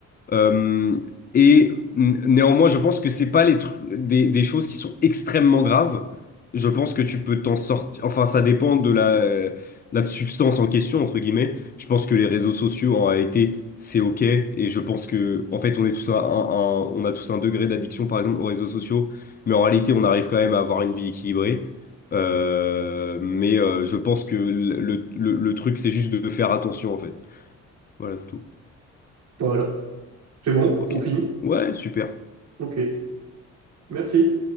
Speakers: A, on the left (about 30°); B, on the right (about 60°).
A: Euh, et n- néanmoins, je pense que c'est pas les tru- des, des choses qui sont extrêmement graves. Je pense que tu peux t'en sortir. Enfin, ça dépend de la, de la substance en question, entre guillemets. Je pense que les réseaux sociaux, en réalité, c'est OK. Et je pense que, en fait, on est tous un, un- un- on a tous un degré d'addiction, par exemple, aux réseaux sociaux. Mais en réalité, on arrive quand même à avoir une vie équilibrée. Euh, mais euh, je pense que le, le, le le truc, c'est juste de faire attention, en fait. Voilà, c'est tout.
B: voilà. C'est bon,
A: OK.
B: on finit.
A: Ouais, super.
B: Ok, merci.